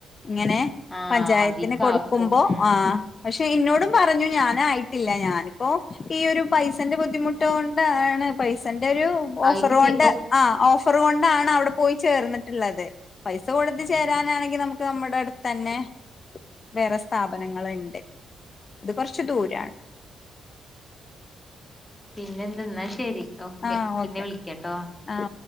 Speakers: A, on the left (about 40°); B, on the left (about 15°).
A: ഇങ്ങെനെ
B: ആഹ്
A: പഞ്ചായത്തിന്
B: അതിക്കാക്കും
A: കൊടുക്കുമ്പോ
B: ഉം
A: ആഹ് പക്ഷെ ഇന്നോടും പറഞ്ഞു ഞാനായിട്ടില്ല ഞാനു ഓഹ്, ഈയൊരു പൈസേന്റെ ബുദ്ധിമുട്ടൊണ്ടാണ് പൈസന്റൊരു
B: അയിക്ക്
A: ഓഫറുകൊണ്ട്
B: ചെയ്
A: ആഹ് ഓഫർ കൊണ്ടാണ് അവെടെ പോയി ചേർന്ന്ട്ട്ള്ളത്. പൈസ കൊടുത്ത്
B: ആഹ്
A: ചേ രാനാണെങ്കി നമുക്ക് നമ്മുടെ അടുത്തന്നെ വേറെ സ്ഥാപനങ്ങള്ണ്ട്. ഇത് കൊറെച്ച് ദൂരാണ്.
B: പിന്നെ എന്താ ന്നാ ശെരി ഓക്കെ
A: ആ
B: പിന്നെ
A: ഓക്കെ
B: വിളിക്കാട്ടോ.
A: ആ